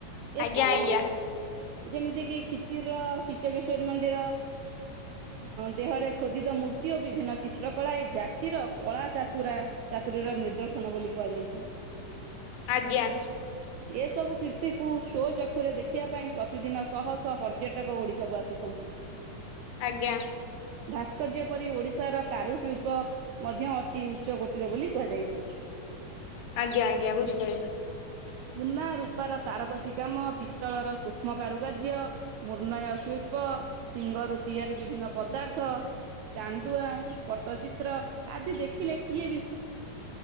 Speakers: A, on the right; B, on the left.
A: ଏସବୁ
B: ଆଜ୍ଞା
A: ଯେମିତି କିି ଖିଚିର କିଚକେଶ୍ଵରୀ ମନ୍ଦିର। ଦେହରେ ଖୋଦିତ ମୂର୍ତ୍ତି ଓ ବିଭିନ୍ନ ଚିତ୍ର କଳା ଏଇ ଜା ସିର କଳା ଚାତୁରା ଚାତୁରୀର ନିର୍ଦ ବୋଲି କୁହାଯାଇଛି।
B: ଆଜ୍ଞା ଆଜ୍ଞା
A: ଏସବୁ କୀର୍ତ୍ତିକୁ ସ୍ଵ ଚକ୍ଷୁରେ ଦେଖିବା ପାଇଁ ପ୍ରତିଦିନ ଶହ ଶହ ପର୍ଯ୍ୟଟକ ଓଡ଼ିଶାକୁ ଆସୁଛନ୍ତି।
B: ଆଜ୍ଞା।
A: ଭାସ୍କର୍ଯ୍ୟ ପରି ଓଡ଼ିଶାର କାରୁଶିଳ୍ପ ମଧ୍ୟ ଅତି ଉଚ୍ଚକୋଟିର ବୋଲି କୁହାଯାଇଛି।
B: ଆଜ୍ଞା ଆଜ୍ଞା ବୁଝିପାଇଲି।
A: ସୁନା ରୂପାର ତାରକସୀ କାମ ବି ତଳର ସୂକ୍ଷ୍ମ କାରୁକାର୍ଯ୍ୟ ମୁର୍ଣ୍ଣୟ ଶି ଶିଳ୍ପ ଶିଙ୍ଗରୁ ତିଆରି ବିଭିନ୍ନ ପଦାର୍ଥ, ଚାନ୍ଦୁଆ, ପଟ୍ଟଚିତ୍ର ଆଦି ଦେଖିଲେ କିଏ ବି